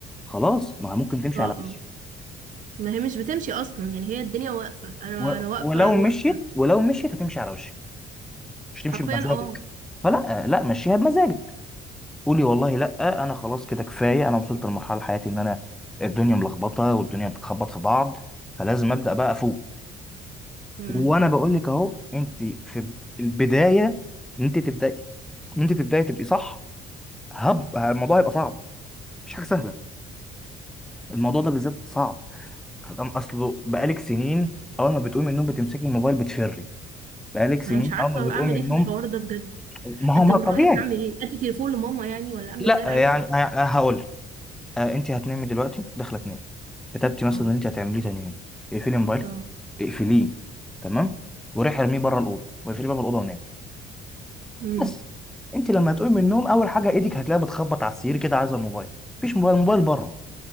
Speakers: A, in the centre; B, on the right.
A: خلاص ما هي ممكن تمشي
B: اه
A: على وشك
B: اه ما هي مش بتمشي اصلا يعني هي الدنيا واقفه انا
A: و-
B: انا واقفه
A: ولو مشيت
B: واقفه
A: ولو مشيت هتمشي على وشك مش هتمشي
B: حرفيا
A: بمزاجك
B: اه
A: فلا لا مشيها بمزاجك قولي والله لا انا خلاص كده كفايه انا وصلت لمرحله حياتي ان انا الدنيا ملخبطه والدنيا بتخبط في بعض فلازم ابدا بقى افوق
B: مم.
A: وانا بقول لك اهو انت في بد- البدايه ان انت تبداي ان انت تبداي تبقي صح هب الموضوع هيبقى صعب مش حاجه سهله الموضوع ده بالذات صعب أم- اصله بقالك سنين اول ما بتقومي من النوم بتمسكي الموبايل بتفري بقالك سنين
B: انا مش عارفه
A: اول ما بتقومي
B: اعمل
A: من
B: ايه في
A: النوم
B: الحوار ده بجد
A: ما هو
B: انت
A: ما
B: من
A: طبيعي
B: رايك اعمل ايه ادي تليفون لماما يعني ولا اعمل
A: لا
B: زي العيال الصغيره
A: يعني هقول آه، انت هتنامي دلوقتي داخله تنامي كتبتي مثلا
B: اه
A: ان انت هتعمليه تاني يوم اقفلي موبايلك
B: اه
A: اقفليه تمام وروحي ارميه بره الاوضه واقفلي باب الاوضه ونامي
B: امم
A: بس انت لما هتقومي من النوم اول حاجه ايدك هتلاقيها بتخبط على السرير كده عايزه الموبايل مفيش موبايل الموبايل بره